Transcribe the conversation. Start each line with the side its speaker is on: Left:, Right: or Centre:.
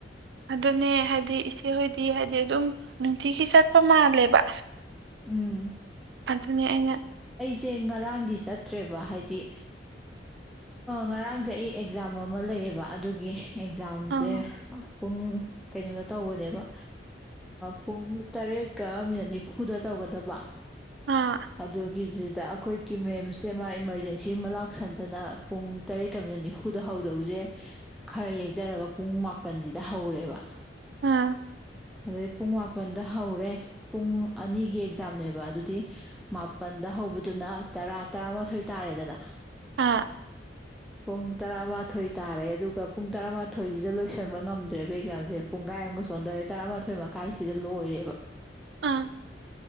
Right: ꯑꯗꯨꯅꯦ ꯍꯥꯏꯗꯤ ꯏꯆꯦꯍꯣꯏꯗꯤ ꯍꯥꯏꯗꯤ ꯑꯗꯨꯝ ꯅꯨꯡꯇꯤꯒꯤ ꯆꯠꯄ ꯃꯥꯜꯂꯦꯕ
Centre: ꯎꯝ
Right: ꯑꯗꯅꯦ ꯑꯩꯅ
Centre: ꯁꯦ ꯉꯔꯥꯡꯗꯤ ꯆꯠꯇ꯭ꯔꯦꯕ ꯍꯥꯏꯗꯤ ꯉꯔꯥꯡꯁꯦ ꯑꯩ ꯑꯦꯛꯖꯥꯝ ꯑꯃ ꯂꯩꯌꯦꯕꯥ ꯑꯗꯨꯒꯤ ꯑꯦꯛꯖꯥꯝꯁꯦ
Right: ꯑꯥ
Centre: ꯄꯨꯡ ꯀꯩꯅꯣꯗ ꯇꯧꯕꯅꯦꯕ ꯄꯨꯡ ꯇꯔꯦꯠꯀ ꯃꯤꯅꯠ ꯅꯤꯐꯨꯗ ꯇꯧꯒꯗꯕꯥ
Right: ꯑꯥ
Centre: ꯑꯗꯨꯗꯒꯤꯖꯤꯗꯥ ꯑꯩꯈꯣꯏꯒꯤ ꯃꯦꯝꯁꯦ ꯃꯥ ꯏꯃꯥꯔꯖꯦꯟꯁꯤ ꯑꯃ ꯂꯥꯛꯁꯟꯗꯅ ꯄꯨꯡ ꯇꯔꯦꯠꯀ ꯃꯤꯅꯠ ꯅꯤꯐꯨꯗ ꯍꯧꯗꯧꯁꯦ ꯈꯔ ꯌꯩꯊꯔꯒ ꯄꯨꯡ ꯃꯥꯄꯜꯁꯤꯗ ꯍꯧꯔꯦꯕ
Right: ꯑꯝ
Centre: ꯑꯗꯨꯗꯩ ꯄꯨꯡ ꯃꯥꯄꯜꯗ ꯍꯧꯔꯦ ꯄꯨꯡ ꯑꯅꯤ ꯒꯤ ꯑꯦꯛꯖꯥꯝꯅꯦꯕ ꯑꯗꯨꯗꯤ ꯃꯥꯄꯜꯗ ꯍꯧꯕꯗꯨꯅ ꯇꯔꯥ ꯇꯔꯥꯃꯥꯊꯣꯏ ꯇꯥꯔꯦꯗꯅ
Right: ꯑꯥ
Centre: ꯄꯨꯡ ꯇꯔꯥꯃꯥꯊꯣꯏ ꯇꯥꯔꯦ ꯑꯗꯨꯒ ꯄꯨꯡ ꯇꯔꯥꯃꯥꯊꯣꯏꯁꯤꯗ ꯂꯣꯏꯁꯤꯟꯕ ꯉꯝꯗ꯭ꯔꯦꯕ ꯑꯦꯛꯖꯥꯝꯁꯦ ꯄꯨꯡ ꯀꯥꯏ ꯑꯃꯨꯒ ꯆ‌ꯣꯟꯗꯣꯔꯦ ꯇꯔꯥꯃꯥꯊꯣꯏ ꯃꯈꯥꯏꯁꯤꯗ ꯂꯣꯏꯔꯦꯕ
Right: ꯑꯥ